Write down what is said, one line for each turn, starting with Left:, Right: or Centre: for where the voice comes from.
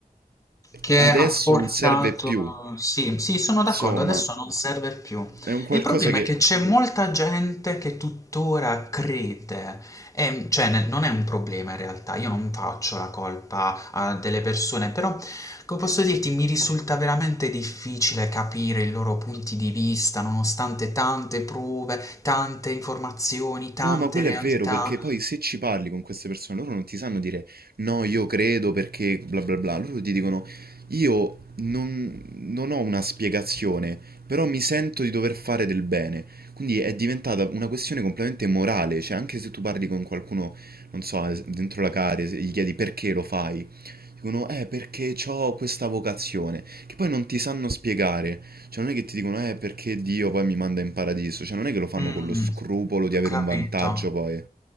Left: Che
Right: adesso
Left: ha portato
Right: non serve più.
Left: sì, sì, sono d'accordo,
Right: Insomma,
Left: adesso non serve più.
Right: è un qualcosa
Left: Il problema
Right: che
Left: è che c'è molta gente che tuttora crede, ehm, cioè ne non è un problema in realtà, io non faccio la colpa a delle persone, però come posso dirti, mi risulta veramente difficile capire i loro punti di vista, nonostante tante prove, tante informazioni, tante
Right: No, ma quello
Left: realtà.
Right: è vero, perché poi se ci parli con queste persone, loro non ti sanno dire no, io credo perché bla bla bla, loro ti dicono io non, non ho una spiegazione, però mi sento di dover fare del bene. Quindi è diventata una questione completamente morale, cioè anche se tu parli con qualcuno, non so, es- dentro la care, se gli chiedi perché lo fai, dicono eh perché ho questa vocazione, che poi non ti sanno spiegare, cioè non è che ti dicono eh perché Dio poi mi manda in paradiso, cioè non è che lo fanno
Left: Mh,
Right: con lo scrupolo di
Left: ho
Right: avere
Left: capito.
Right: un vantaggio poi,